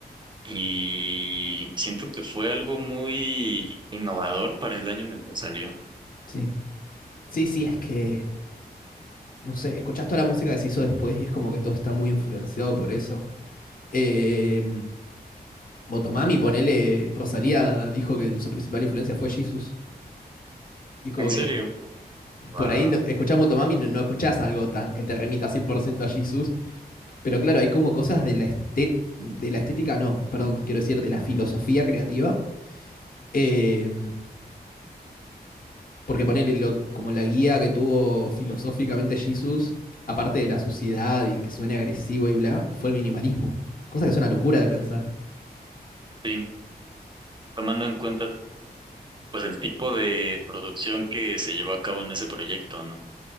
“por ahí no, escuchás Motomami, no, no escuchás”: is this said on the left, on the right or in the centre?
Left